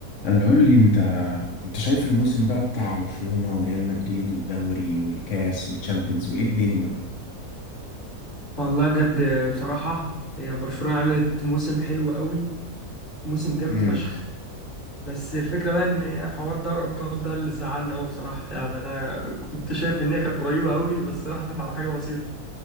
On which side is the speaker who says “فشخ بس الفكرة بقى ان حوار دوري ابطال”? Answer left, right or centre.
Left